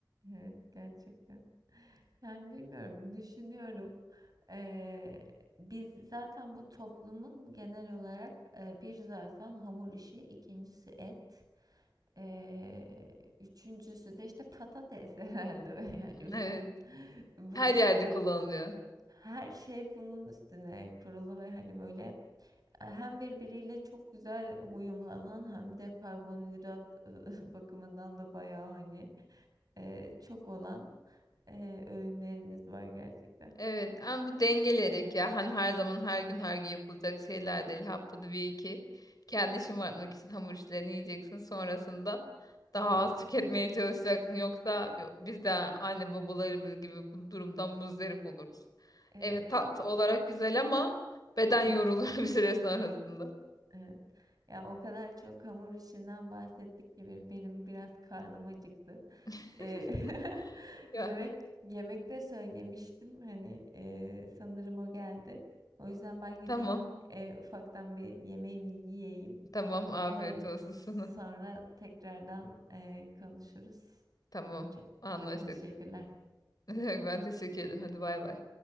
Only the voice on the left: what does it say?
<laughs> Evet.
Her yerde
kullanılıyor.
Evet ama bu dengeleyerek ya hani her zaman her gün her gün yapılacak şeyler değil haftada bir iki kendini şımartmak için hamur işlerini yiyeceksin sonrasında
daha az tüketmeye çalışacaksın yoksa yo- biz de anne babalarımız gibi bu durumdan muzdarip oluruz.
Evet tatlı olarak güzel ama beden
yorulur <laughs> bir süre sonrasında.
<laughs>
Ya
tamam
tamam afiyet
olsun sana.
Tamam
anlaştık.
<laughs> Ben teşekkür ederim hadi bay bay.